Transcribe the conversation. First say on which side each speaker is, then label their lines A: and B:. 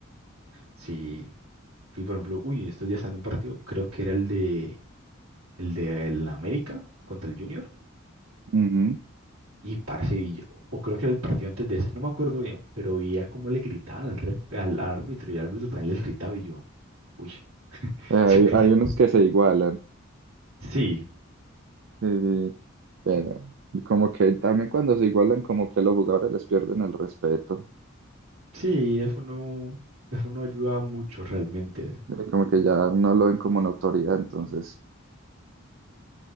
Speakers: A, on the right (about 85°); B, on the right (about 60°).
A: Si fui, por ejemplo, uy, estos días estando en un partido, creo que era el de el de el América contra el Junior
B: Ujú.
A: y parce, y yo- o creo que era el partido antes de ese, no me acuerdo bien, pero veía cómo le gritaban al, ref- al árbitro y el árbitro también les gritaba y yo, uy, <laughs>
B: Eh, Hay,
A: yo cre-
B: hay unos que se igualan,
A: sí,
B: sí, sí, pero como que también cuando se igualan, como que los jugadores les pierden el respeto,
A: sí, eso no, eso no ayuda mucho realmente.
B: eh, como que ya no lo ven como una autoridad, entonces.